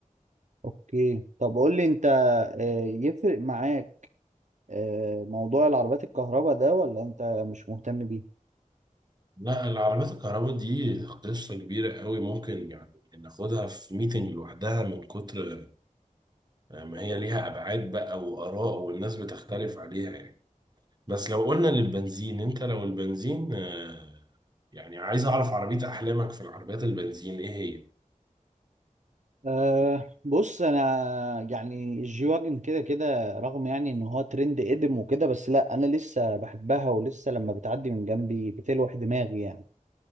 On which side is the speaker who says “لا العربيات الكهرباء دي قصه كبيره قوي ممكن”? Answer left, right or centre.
Right